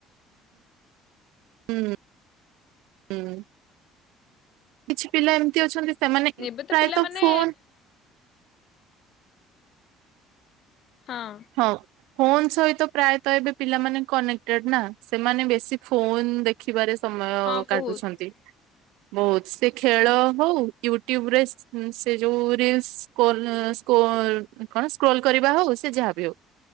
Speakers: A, on the right (about 80°); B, on the left (about 40°).
A: ହୁଁ। ହୁଁ - କିଛି ପିଲା ଏମିନ୍ତି ଅଛନ୍ତି ସେମାନେ
B: ନେବେ ତ
A: ପ୍ରାୟତଃ
B: ପିଲାମାନେ
A: ଫୋନ
B: ହଁ।
A: ହଁ। ଫୋନ୍ ସହିତ ପ୍ରାୟତଃ ଏବେ ପିଲାମାନେ କନେକ୍ଟେଡ୍ ନା ସେମାନେ ବେଶୀ ଫୋନ୍ ଦେ ଖିବାରେ ସମୟ
B: ହଁ ବହୁତ
A: କାଟୁଛନ୍ତି।
B: <unintelligible>
A: ବହୁତ୍, ସେ ଖେଳ ହଉ ୟୁଟ୍ୟୁବ ରେ ସେ ଯୋଉ ରିଲ୍ସ। କୋଲ ସ୍କୋଲ କଣ ସ୍କେଲ କରିବା ହଉ ସେ ଯାହାବି ହଉ,